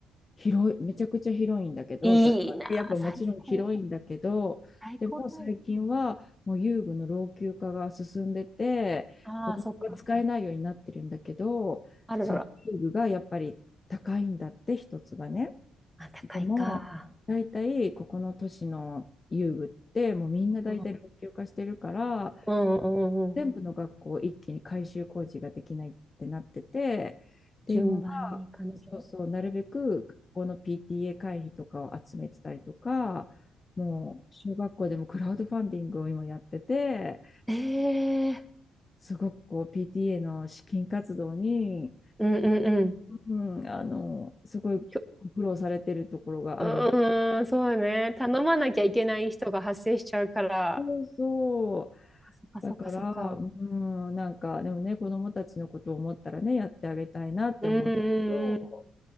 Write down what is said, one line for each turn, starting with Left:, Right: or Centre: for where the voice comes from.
Left: 広い、めちゃくちゃ広いんだけど、
Centre: いいなあ、
Left: それはね、やっぱもちろん広いんだけど、
Centre: 最高。最高だよ。
Left: でも最近はもう遊具の老朽化が進んでて、
Centre: ああ、
Left: 子供が使えないようになってるんだけど、
Centre: そっか。あららら。
Left: その遊具がやっぱり高いんだって、一つがね。
Centre: あ、高いか。
Left: でも、大体ここの都市の遊具って、もうみんな大体老朽化してるから、
Centre: うん、うん、うん、うん。
Left: 全部の学校一気に改修工事ができないってなってて、で、
Centre: 順番に行かなきゃ。
Left: 今は、そうそう、なるべく学校の PTA 会費とかを集めてたりとか、もう小学校でもクラウドファンディングを今やってて、
Centre: ええ
Left: すごくこう PTA の資金活動に、
Centre: うんうんうん。
Left: うん、あの、すごいご苦労されてるところがある。
Centre: きょうーん、そうね。頼まなきゃいけない人が発生しちゃうから。
Left: そうそう
Centre: そっかそっかそっか。
Left: だから、うん、なんか、でもね、子供たちのことを思ったらね、やってあげたいなって思うけど、
Centre: うんうんうん。